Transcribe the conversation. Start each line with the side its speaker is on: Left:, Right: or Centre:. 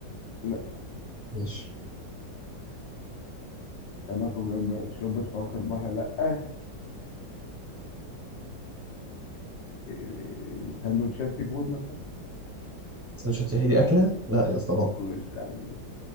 Left: لا
Right: ماشي
Left: سمك وجمبري شوربه فواكه البحر لا آه. إيه، سندوتشات سي فود مثلا
Right: سندوتشات هي دي اكله لا يا اسطى غلط
Left: مش عارف.